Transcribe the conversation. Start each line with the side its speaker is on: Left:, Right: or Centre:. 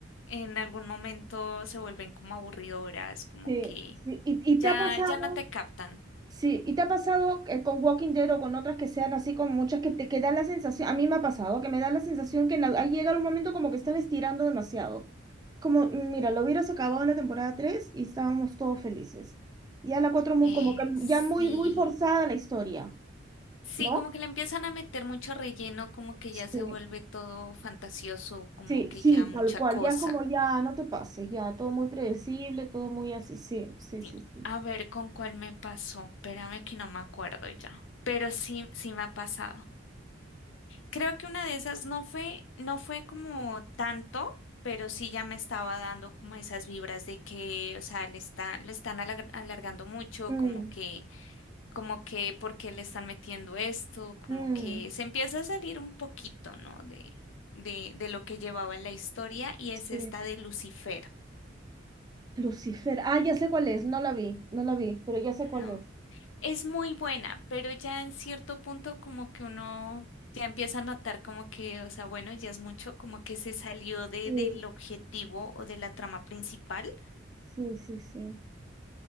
Left: en algún momento se vuelven como aburridoras, como
Right: Sí,
Left: que
Right: sí. ¿Y,
Left: ya,
Right: y te ha pasado?
Left: ya no te captan.
Right: Sí, ¿y te ha pasado eh, con Walking Dead o con otras que sean así con muchas que te que da la sensación, a mí me ha pasado, que me da la sensación que en al- ahí llega un momento como que están estirando demasiado. Como, "Mm, mira, lo hubieras acabado en la temporada 3 y estábamos todos felices. Ya la 4 muy,
Left: Eh,
Right: como que
Left: sí.
Right: ya muy, muy forzada la historia,
Left: Sí,
Right: ¿no?
Left: como que le empiezan a meter mucho relleno, como que
Right: Sí,
Left: ya se vuelve todo fantasioso, como
Right: sí,
Left: que
Right: sí,
Left: ya mucha
Right: tal cual,
Left: cosa.
Right: ya es como ya, no te pases, ya, todo muy predecible, todo muy así, sí, sí,
Left: Sí.
Right: sí, sí.
Left: A ver con cuál me pasó. Espérame que no me acuerdo ya. Pero sí, sí me ha pasado. Creo que una de esas no fue, no fue como tanto, pero sí ya me estaba dando como esas vibras de que, o sea, le están, le están alar- alargando mucho,
Right: Mm,
Left: como que, como que, ¿por qué le están metiendo esto? Como
Right: mm,
Left: que se empieza a salir un poquito, ¿no? De, de, de lo que llevaba la historia y es
Right: sí.
Left: esta de Lucifer,
Right: Lucifer. Ah, ya sé cuál es. No la vi, no la vi, pero ya sé cuál
Left: ¿no?
Right: es.
Left: Es muy buena, pero ya en cierto punto como que uno ya empieza a notar como que, o sea, bueno, ya es mucho, como que se salió de,
Right: Sí,
Left: del objetivo o de la trama principal.
Right: sí, sí, sí. sí.